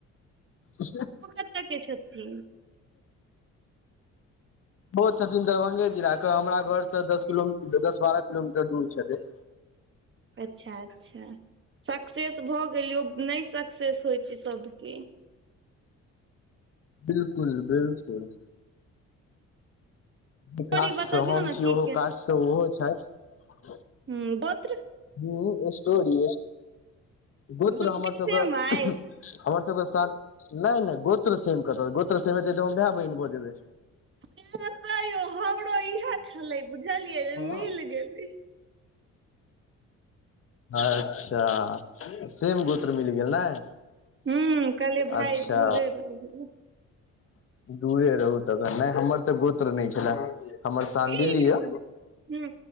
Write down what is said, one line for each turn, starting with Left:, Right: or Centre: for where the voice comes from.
Left: उ
Right: ओ कतऽ के छथिन
Left: ओहो छथिन दरभंगे जिलाके हमरा घरसँ दस किलो दस बारह किलोमीटर दूर छथिन
Right: अच्छा अच्छा सक्सेस भऽ गेलियौ नहि सक्सेस होइ छै सबके।
Left: बिलकुल बिलकुल।
Right: स्टोरी
Left: कास्ट
Right: बतबियौ
Left: सँ हम
Right: ने
Left: छी
Right: की
Left: ओहो कास्ट सँ ओहो छथि।
Right: हु गोत्र।
Left: हू स्टोरी गोत्र
Right: दुनू
Left: हमर
Right: के
Left: सबके
Right: सेम अइ
Left: हमर सबके सान नहि नहि गोत्र सेम कत गोत्र सेम हेतै तऽ हम भाय बहिन भऽ जेबै।
Right: साह तऽ यो हमरो इहे छले बुझलियै जे
Left: हँ
Right: मिल गेलय।
Left: अच्छा। अच्छा सेम गोत्र मिल गेल नए
Right: ह कहलियै भाय
Left: अच्छा
Right: दूरे रहु
Left: दूरे रहू तखन नहि हमर तऽ गोत्र नहि छलए। हमर सानडिल्य
Right: ई
Left: या
Right: ह